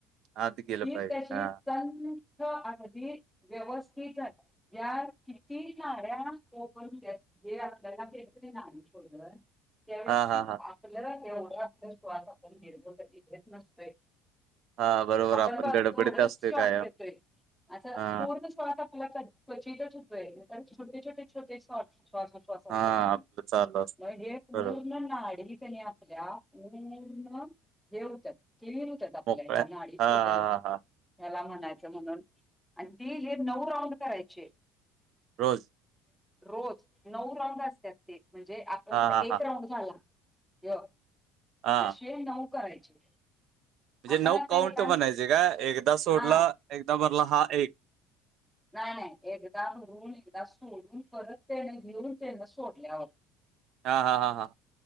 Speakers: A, on the right; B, in the centre.
A: आत गेलं
B: तीर्दशी
A: पाहिजे हा
B: सन तर अगदी व्यवस्थित झालं यात किती नाड्या ओपन होत्यात जे आपल्याला भेटले नाही तोवर त्यावेळी
A: हा
B: कित
A: हा हा
B: ल एवढा आप श्वास आपण निरखून कधी घेत नसतोय
A: हा बरोबर
B: आप आपण बघ
A: गडबडीत
B: थोडच
A: असते
B: श्वास
A: कायम
B: घेतोय असा
A: हा
B: पूर्ण पण आपल्याला् क्वचितच होतोय त्यांचे छोटे छोटे छोटे श्वासोच्छ्वास अस आज
A: हा
B: असता काही
A: आपलं चालू असत
B: मग हे पूर्ण
A: बरोबर
B: हे आडवे त्याने आपल्या पूर्ण हे होतात केवि आपल्या
A: मोकळ्या
B: ह नाडी शोधत
A: हा हा हा हा
B: हला म्हणायचं म्हणून आणि ती हे नऊ राऊंड करायची
A: रोज
B: रोज नऊ राऊंड असतात ते म्हणजे आपल्या
A: हा
B: तर
A: हा
B: एक
A: हा
B: राऊंड झाला य
A: हा
B: असे नऊ करायचे
A: म्हणजे
B: आपण
A: नऊ
B: आता
A: काउंट
B: एका
A: बनायचे का एकदा सोडला
B: हा
A: एकदा भरला हा एक
B: नाही नाही एकदा भरून एकदा सोडून परत त्याने घेऊन त्यांना सोडल्यावर
A: हा हा हा हा